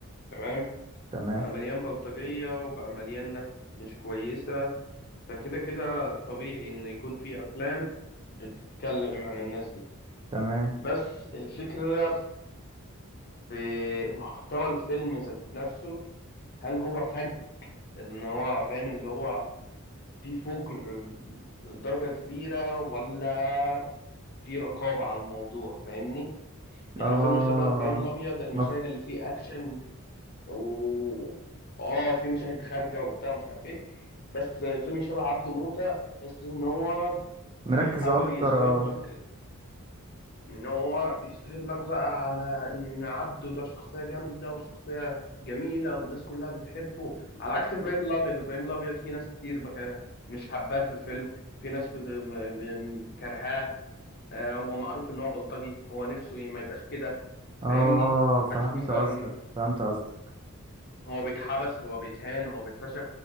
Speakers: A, on the left; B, on the right.
A: تمام؟
B: تمام
A: بقى مليان بلطجية وبقى مليان ناس مش كويسة، فكده كده طبيعي إن يكون في أفلام بتتكلم عن الناس دي،
B: تمام
A: بس الفكرة في محتوى الفيلم ذات نفسه، هل هو فج إن هو فاهم اللي هو في فجر لدرجة كبيرة ولا في رقابة على الموضوع فاهمني يعني
B: اه
A: فيلم شبه إبراهيم الأبيض المشاهد
B: مف...
A: اللي فيه أكشن و اه في مشاهد خارجة وبتاع مش عارف إيه بس فيلم شبه عبده موتة تحس إن هو
B: مركز
A: بيحاول
B: اكتر
A: يظهر
B: اه
A: لك إن هو بيظهر لك بقى على إن عبده ده شخصية جامدة وشخصية جميلة والناس كلها بتحبه على عكس إبراهيم الأبيض إبراهيم الأبيض في ناس كتير بك... مش حباه في الفيلم في ناس بت... م- م- كرهاه آه، هو معروف إن هو بلطجي هو نفسه ما يبقاش كده
B: اه
A: فاهمني
B: فهمت
A: عكس مثلا
B: قصدك فهمت قصدك
A: هو بيتحبس هو بيتهان هو بيتفشخ